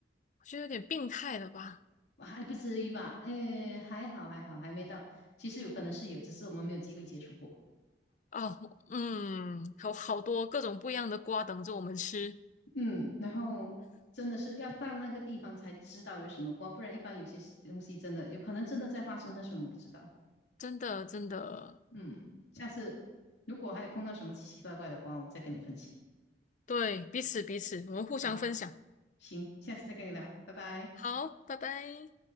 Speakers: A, on the left; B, on the left.
A: 我觉得有点病态了吧？
B: 还不至于吧？诶，还好还好，还没到。其实有可能是有，只是我们没有机会接触过。
A: 哦，嗯，有好多各种不一样的瓜等着我们吃。
B: 嗯，然后真的是要到那个地方才知道有什么瓜，不然一般有些事东西真的有可能真的在发生，但是我们不知道。
A: 真的真的，
B: 嗯，下次如果还有碰到什么奇奇怪怪的瓜，我再跟你分享。
A: 对，彼此彼此，我们互相分享。
B: 好，行，下次再跟你聊，拜拜。
A: 好，拜拜。